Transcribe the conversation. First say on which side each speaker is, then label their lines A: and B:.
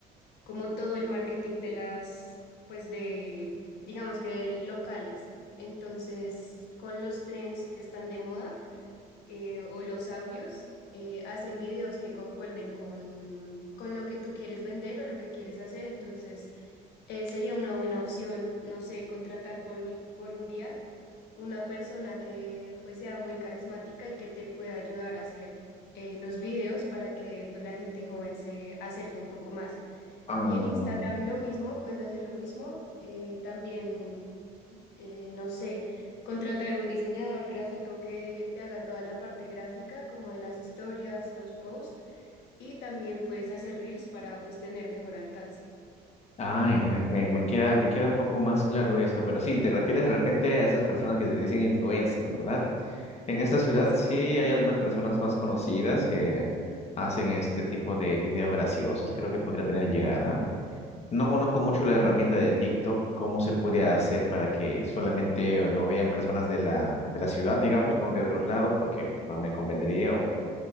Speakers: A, on the left (about 80°); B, on the left (about 40°).
A: como todo el marketing de las, pues de, digamos que locales. Entonces, con los trends que están de moda eh, o los audios, eh, hacen videos que concuerden con, con lo que tú quieres vender o lo que quieres hacer. Entonces, eh, sería una buena opción, no sé, contratar por un, por un día una persona que pues sea muy carismática y que te pueda ayudar a hacer eh, los videos para que pues la gente joven se acerque un poco más.
B: Ah,
A: Y en Instagram lo mismo, puedes hacer lo mismo. eh, también, eh, no sé, contratar un diseñador gráfico que te haga toda la parte gráfica, como de las historias, los posts, y también puedes hacer reels para pues tener mejor alcance.
B: Ay, me, me- me queda, me queda un poco más claro esto, pero sí, te refieres de repente a esas personas que se dicen influencers, ¿verdad? En esta ciudad
A: Exacto.
B: sí hay algunas personas más conocidas que hacen este tipo de videos graciosos, creo que podría tener llegada. No conozco mucho la herramienta de TikTok, cómo se puede hacer para que solamente lo vean personas de la, de la ciudad, digamos, no de otros lados, porque no me convendría o